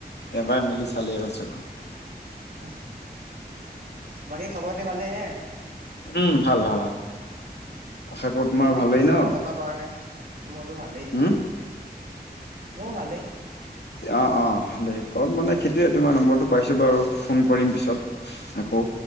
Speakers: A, on the left; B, on the right.
A: এবাৰ মিলি চালেই হ'ল চকু
B: <unintelligible> বাকী খবৰ খাটি ভালেই নে?
A: উম ভাল ভাল ভাল। আশা কৰো তোমাৰ
B: ইমান দিন
A: ভালেই
B: মেছে
A: ন
B: কল এটা কৰা নাই, মোৰতো ভালেই।
A: উম
B: মোৰ ভালেই
A: অ', অ', ভালেই, ক'ল মানে সেইটোৱে তোমাৰ নম্বৰটো পাইছোঁ বাৰু ফোন কৰিম পিছত আকৌ।